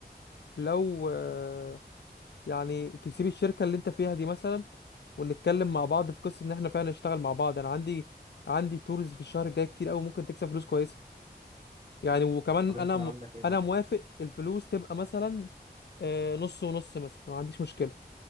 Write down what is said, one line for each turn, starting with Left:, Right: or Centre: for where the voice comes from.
Left: لو آه، يعني تسيب الشركه اللي انت فيها دي مثلا ونتكلم مع بعض في قصه ان احنا فعلا نشتغل مع بعض انا عندي عندي تورز في الشهر الجاي كتير قوي ممكن تكسب فلوس كويسه يعني وكمان
Right: طب أنت
Left: انا
Right: عندك
Left: م...
Right: إيه مثلا
Left: انا موافق الفلوس تبقى مثلا آه، نص ونص مثلا ما عنديش مشكله